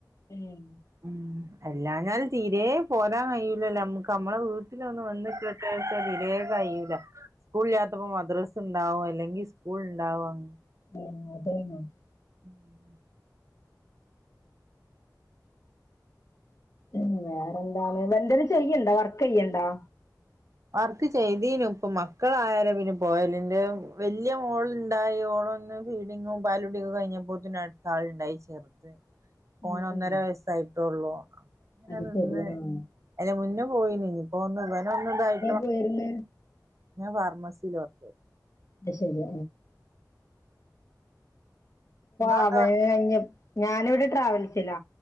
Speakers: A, on the left; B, on the right.
A: ഉം
B: ഉം എല്ലാഞാല് തീരെ പോരാൻ കഴിയില്ലല്ലോ നമ്മുക്ക് നമ്മളെ വീട്ടിലൊന്ന് വന്നിട്ടട്ടെ കഴിയുല്ല സ്കൂളിലാത്തപ്പോ മദ്രസ ഉണ്ടാവും, അല്ലെങ്കിൽ സ്കൂൾ ഉണ്ടാവും.
A: <unintelligible>
B: ഉം <unintelligible>
A: ഉം വേറെന്താണ് വന്തേലും ചെയ്യണ്ടോ വർക്ക് ചെയ്യണ്ടോ
B: വർക്ക് ചെയ്തീനും ഇപ്പം മക്കളായാരം പിന്നെ പോയാലിന്റു വലിയ മോളുണ്ടായി ഓളൊന്ന് ഫീഡിങ്ങും പാലുകുടിയൊക്കെ കഴിഞ്ഞപ്പോത്തിന് അടുത്ത ആളുണ്ടായി ചെറുത് ഓന്
A: ഉം
B: ഒന്നര
A: ഉം
B: വയസ്സായിട്ടള്ളൂ. അങ്ങനെ
A: അത്
B: നിന്ന്
A: ശരി ആഹ്
B: അയിന് മുന്നേ പോയിനി ഇപ്പോ ഒന്ന് ഇവനെ ഒന്ന് ഇതായി
A: പോയിര്ന്ന്
B: ഞാൻ ഫാർമസിൽ വർക്കെയ്ണ്.
A: ഒക്കെ ശെരി ആ
B: നിങ്ങളെന്താ
A: ആ
B: വർ
A: ഇനിപ്പോ <unintelligible> ഞാനിവിടെ ട്രാവൽസില.